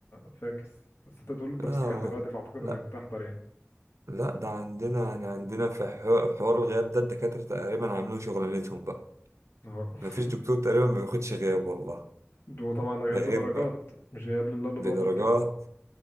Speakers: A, on the left; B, on the right.
A: فاكس بس انت بتقول لي انت
B: اه
A: في سكن دلوقتي فاعتقد
B: لا
A: انك بتحضر يعني
B: لا ده عندنا يعني عندنا في حوار حوار الغياب ده الدكاتره تقريبا عاملين شغلانتهم بقى
A: اه <laughs>
B: مفيش دكتور تقريبا ما بياخدش غياب والله
A: وطبعا غياب
B: ده غير
A: بدرجات
B: بقى
A: مش غياب لله وللوطن
B: بدرجات